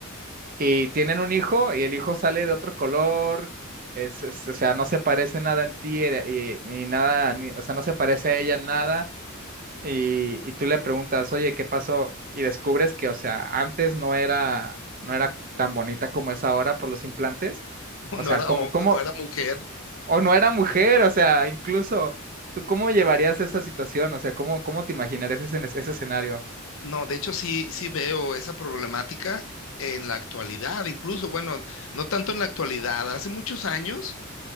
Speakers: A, on the right; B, on the left.
A: y tienen un hijo y el hijo sale de otro color, es, es- o sea, no se parece nada en ti eh, y, y nada, ni- o sea, no se parece a ella en nada y, y tú le preguntas, oye, ¿qué pasó? Y descubres que, o sea, antes no era, no era tan bonita como es ahora por los implantes,
B: <laughs>
A: o
B: No
A: sea,
B: era,
A: como,
B: hom-
A: como,
B: no era mujer,
A: o no era mujer, o sea, incluso, ¿tú cómo llevarías esa situación? O sea, ¿cómo, cómo te imaginarías ese, ese escenario?
B: No, de hecho sí, sí veo esa problemática en la actualidad, incluso, bueno, no tanto en la actualidad, hace muchos años